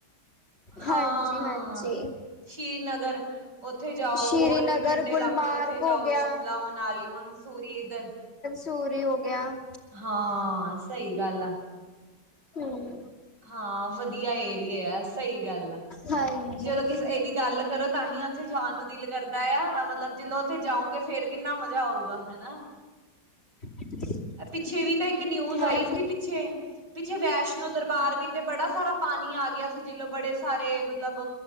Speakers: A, on the right; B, on the left.
A: ਹਾਂ,
B: ਹਾਂਜੀ, ਹਾਂਜੀ
A: ਸ਼੍ਰੀਨਗਰ। ਉੱਥੇ ਜਾਓ,
B: ਸ਼੍ਰੀਨਗਰ,
A: ਹੋਰ ਵੀ ਠੰਡੇ
B: ਗੁਲਮਾਰਗ
A: ਇਲਾਕੇ ਉੱਥੇ ਜਾਓ।
B: ਹੋ ਗਿਆ।
A: ਸ਼ਿਮਲਾ, ਮਨਾਲੀ, ਮਨਸੂਰੀ ਇਧਰ
B: ਚੋਰੀ ਹੋ ਗਿਆ।
A: ਹਾਂ, ਸਹੀ ਗੱਲ ਆ।
B: ਹੂੰ।
A: ਹਾਂ ਵਧੀਆ ਏਰੀਆ ਆ ਸਹੀ ਗੱਲ ਆ,
B: ਹਾਂਜੀ
A: ਜਦੋਂ ਕਿਸ ਇਹਦੀ ਗੱਲ ਕਰੋ ਤਾਂ ਹੀ ਉੱਥੇ ਜਾਣ ਨੂੰ ਦਿਲ ਕਰਦਾ ਆ, ਮਤਲਬ ਜਦੋਂ ਉੱਥੇ ਜਾਊਂਗੇ ਫੇਰ ਕਿੰਨਾ ਮਜ਼ਾ ਆਊਗਾ। ਹਨਾ।
B: <unintelligible>
A: ਪਿੱਛੇ ਵੀ ਤਾਂ ਇੱਕ ਨਿਊਜ਼
B: ਹੋਰ
A: ਆਈ ਸੀ
B: ਕੀ
A: ਪਿੱਛੇ- ਪਿੱਛੇ ਵੈਸ਼ਨੋ ਦਰਬਾਰ ਵੀ ਤੇ ਬੜਾ ਸਾਰਾ ਪਾਣੀ ਆ ਗਿਆ ਸੀ, ਜਿਲੋਂ ਬੜੇ ਸਾਰੇ ਮਤਲਬ